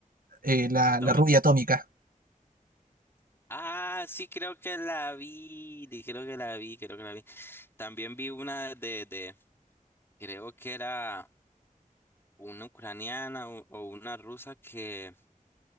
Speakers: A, on the right (about 90°); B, on the left (about 15°).
A: eh, la,
B: A
A: la
B: Domingo.
A: rubia atómica. <laughs>
B: Ah, sí, creo que la vi, di- creo que la vi, creo que la vi. También vi una de, de, creo que era. una ucraniana o, o una rusa que,